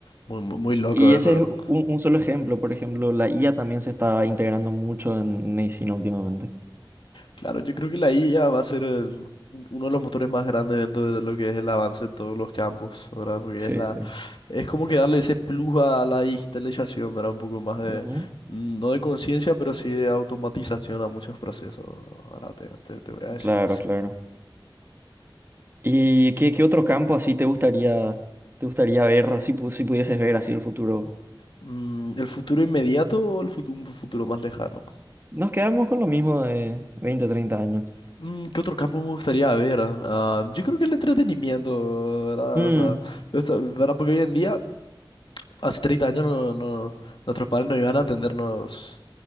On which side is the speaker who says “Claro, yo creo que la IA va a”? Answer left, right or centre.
Left